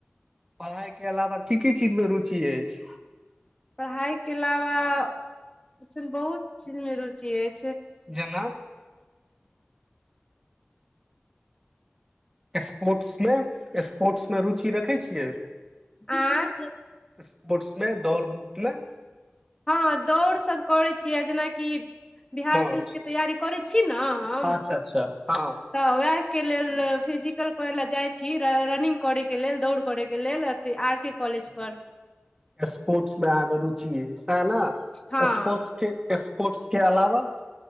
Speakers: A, on the right; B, on the left.
A: पढ़ाइके अलावा की की चीजमे रुचि अछि
B: पढ़ाई के अलावा ऐसन बहुत चीज मे रुचि अछि
A: जेना स्पोर्ट्स मे स्पोर्ट्स मे रुचि रखै छियै
B: आ
A: स्पोर्ट्स मे दौड़ धूपमे
B: हँ दौड़ सब करै छियै जेनाकि बिहार
A: हँ
B: पुलिस के तैयारी करै छी न हम
A: अच्छा अच्छा हँ
B: तऽ उएहके लेल फिजिकल करय ल जाइत छी रनिंग करैके लेल दौड़ करैके लेल अथ आर के कॉलेज पर
A: स्पोर्ट्स मे आहाँ क रुचि अछि सेय न
B: हँ
A: स्पोर्टस के स्पोस्ट कोर्ट्स के अलावा